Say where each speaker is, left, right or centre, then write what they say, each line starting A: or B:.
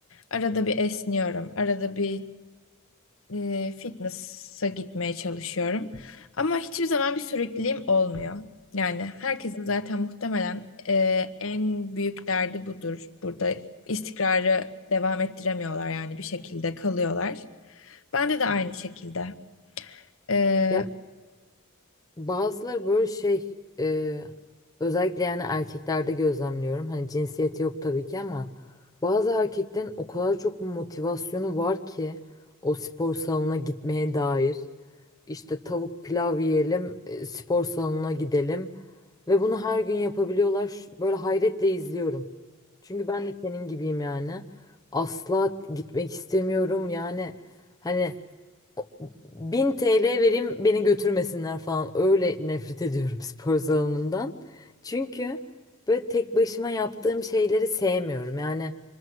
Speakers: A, on the left; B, on the left.
A: Arada bir esniyorum, arada bir e, fitness'a gitmeye çalışıyorum. Ama hiçbir zaman bir sürekliliğim olmuyor. Yani herkesin zaten muhtemelen e, en büyük derdi budur. Burada istikrarı devam ettiremiyorlar yani bir şekilde kalıyorlar. Bende de aynı şekilde. Ee,
B: Ya bazıları böyle şey e, özellikle yani erkeklerde gözlemliyorum. Hani cinsiyeti yok tabii ki ama bazı erkeklerin o kadar çok motivasyonu var ki o spor salonuna gitmeye dair. İşte tavuk pilav yiyelim, e, spor salonuna gidelim ve bunu her gün yapabiliyorlar. Ş- Böyle hayretle izliyorum. Çünkü ben de senin gibiyim yani. Asla gitmek istemiyorum yani. Hani o- 1000 TL vereyim beni götürmesinler falan. Öyle nefret ediyorum <laughs> spor salonundan. Çünkü böyle tek başıma yaptığım şeyleri sevmiyorum. Yani